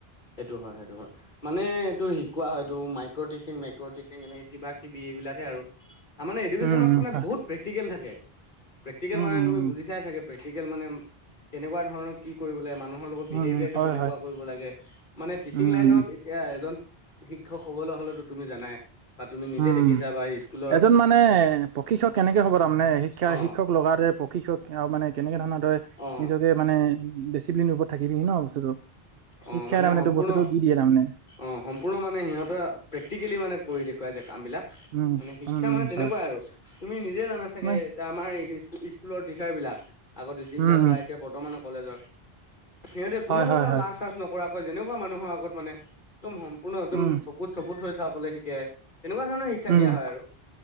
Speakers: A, on the left (about 50°); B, on the right (about 70°).
A: সেইটো হয় সেইটো হয় মানে এইটো শিকোৱা হয় এইটো মাইক্ৰ' টিচিং মেকৰ টিচিং এনে কিবা কিবি এইবিলাকে আৰু তাৰ মানে এডুকেশনত
B: উম, উম,
A: মানে
B: হয়
A: বহুত প্ৰেক্টিকেল থাকে প্ৰেক্টিকেল
B: উম,
A: মানে
B: উম,
A: তুমি
B: উম, উম,
A: বুজি চাই চাগে প্ৰেক্টিকেল মানে ম কেনেকুৱা ধৰণৰ কি কৰিবলে মানুহ লগত বিহেভিয়াৰটো
B: উম, হয়,
A: কেনেকুৱা
B: হয়,
A: কৰিব লাগে মানে টিচিং
B: উম,
A: লাইনত
B: উম,
A: এতিয়া এজন শিক্ষক হ'বলৈ হলেতো তুমি জানাই বা তুমি নিজে
B: উম
A: দেখিছা বা স্কুলৰ
B: এজন মানে প্ৰশিক্ষক কেনেকে হ'ব তাৰমানে শিক্ষা
A: অ
B: শিক্ষক লগাতে প শৃ্ষক আৰু মানে কেনেকে ধৰণৰ দৰে
A: অ
B: নিজকে মানে ডিচিপ্লিন ওপৰত থাকিবি ন বস্তুটো
A: অ
B: শিক্ষাই
A: মানে
B: তাৰমানে
A: সম্পূৰ্ণ
B: টোক বস্তুটো দি দিয়ে তাৰমানে
A: অ সম্পূৰ্ণ মানে সিহঁততে প্ৰেক্টিকেলি মানে কৰি দেখুৱাই যে কাম বিলাক
B: উম,
A: মানে শিক্ষা
B: উম, উম,
A: মানে তেনেকুৱা
B: হয়।
A: আৰু তুমি নিজে জানা চাগে
B: মানে
A: এতিয়া আমাৰ স্কু স্কুলৰ টিচাৰ বিলাক আগতে যিবিলাক
B: উম
A: বা
B: উম
A: এতিয়া বৰ্তমানৰ কলেজৰ সিহঁতে কোনো
B: হয়
A: ধৰণৰ
B: হয় হয়
A: লাজ চাজ নকৰাকৈ যেনেকুৱা মানুহৰ আগত মানে একদম সম্পূৰ্ণ একদম
B: উম
A: চকুত চকুত হৈ চাবলৈ শিকে তেনেকুৱা শিক্ষা
B: উম
A: দিয়া হয় আৰু